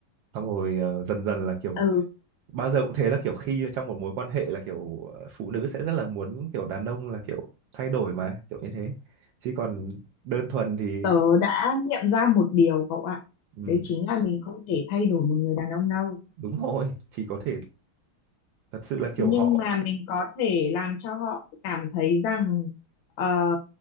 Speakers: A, on the right (about 70°); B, on the left (about 75°).
A: xong rồi ờ, dần dần là kiểu
B: ừ
A: bao giờ cũng thế là kiểu khi trong một mối quan hệ là kiểu ờ, phụ nữ sẽ rất là muốn kiểu đàn ông là kiểu thay đổi mà kiểu như thế chứ còn đơn thuần thì
B: tớ đã nghiệm ra một điều cậu ạ
A: ừ,
B: đấy chính là mình không thể thay đổi một người đàn ông đâu
A: đúng rồi chỉ có thể thật sự là kiểu
B: nhưng
A: họ
B: mà mình có thể làm cho họ cảm thấy rằng ờ,